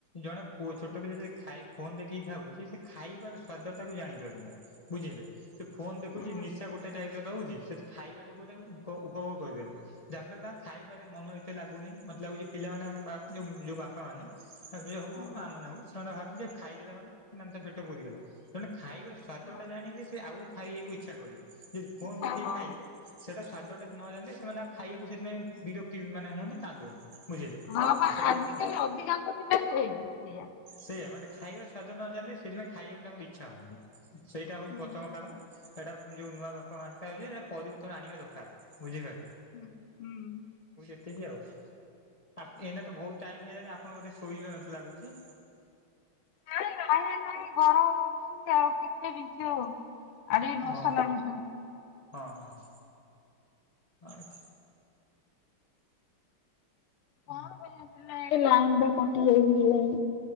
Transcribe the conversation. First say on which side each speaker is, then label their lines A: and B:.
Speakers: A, on the left; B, on the left.
A: ଜଣେ ପୁଅ ଛୋଟ ପିଲା ଯଦି ଖାଇ ଫୋନ ଦେଖିକି ଖାଉଚି। ସେ ଖାଇବାର ସ୍ଵାଦ ଟାକୁ ଜାଣିପାରୁନାହିଁ ବୁଝିଇଲେ, ସେ ଫୋନ୍ ଦେଖୁଚି
B: ହୁଁ
A: ନିଶା ଗୋଟେ ଟାଇପର ସେଟା ଖାଇବାଟାକୁ ଏଟାକୁ କ ଉପଭୋଗ କରିପାରୁନି। ଯାହାଫଳରେ ତାଙ୍କ ଖାଇବାରେ ମନ ଏତେ ଲାଗୁନି, ମତେ ଲାଗୁଚି ପିଲା ଯଉ ମାନେ ଆମ ବାଧ୍ୟ ଯୋ ଯୋଉ ବାପା ମାନେ <unintelligible> ହଉ ହଉ
B: ହୁଁ
A: ମା ମାନେ ହଉ ସେମାନେ ଭାବନ୍ତି ଯେ ଖାଇଦେଲା ମାନେ ସେ ମାନେ ତା ପେଟ ପୁରିଗଲା। ଜଣେ ଖାଇବା ସ୍ଵାଦ
B: ହୁଁ।
A: ଟା ଜାଣିଲେ ସେ ଆହୁରି ଖାଇବାକୁ ଇଚ୍ଛା କରିବ। ଯଦି ଫୋନ
B: ଇଚ୍ଛା
A: ଦେଖେଇ
B: ହଁ
A: ଖାଇଲେ ସେଇଟା ସ୍ଵାଦଟା ନ ଜାଣିଲେ, ସେମାନେ ଆଉ ଖାଇବାକୁ ସେଥିପାଇଁ ବିରକ୍ତି ମାନେ ହୁଅନ୍ତି କାନ୍ଦୁଅନ୍ତି। ବୁଝିଲେ
B: ହଁ ବା
A: ସେଇଟା
B: ଆଜିକାଲି
A: ମାନେ,
B: ଅଧିକାଂଶ ପିଲା ସେଇ ସେଇଆ।
A: ସେଇଆା ମାନେ ଖାଇବା ସ୍ଵାଦ ନ ଜାଣିଲେ ସେଥିପାଇଁ ଖାଇବାକୁ ତାଙ୍କର ଇଚ୍ଛା ହଉନି। ସେଇଟା ହଉଚି
B: ହୁଁ
A: ପଥମ କାରଣ। ସେଇଟା ଯୋଉ ନୂଆ ବାପା ମା ସେଟା ହୋଇଛି ପରିବର୍ତ୍ତନ ଆଣିବା ଦରକାର ବୁଝିପାଲେ।
B: ହୁଁ ହୁଁ।
A: ଏତିକି ଆଉ, ଆ ଏନାତ ବହୁତ ଟାଇମ ହେଇଗଲାଣି ଆ ଆପଣ ବୋଧେ ଶୋଇବେ ମୋତେ ଲାଗୁଚି।
B: ନାଇଁ ଲାଇନ ନାଇଁ ଗରମ ହଉଚି ଆଉ କେତେ ବିଞ୍ଚିହବୁ। ଆଡେ ମଶା
A: ହଁ
B: ଲାଗୁଚନ୍ତି।
A: ହଁ ହଁ ହଁ ଆଛା।
B: କଣ ପାଇଁ <unintelligible> ଲାଇନ ବା କଟି ଯାଇଚି କେୟାଣି,